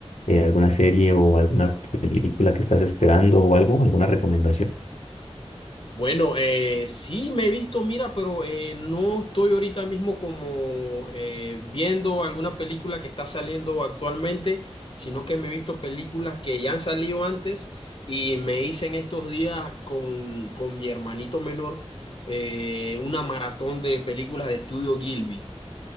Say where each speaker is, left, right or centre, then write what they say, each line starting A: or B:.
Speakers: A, on the left; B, on the left.
A: eh, alguna serie o alguna película que estás esperando o algo, alguna recomendación?
B: Bueno, eh, sí me he visto, mira, pero eh, no estoy ahorita mismo como eh, viendo alguna película que está saliendo actualmente, sino que me he visto películas que ya han salido antes y me hice en estos días con, con mi hermanito menor eh, una maratón de películas de estudio Gilby.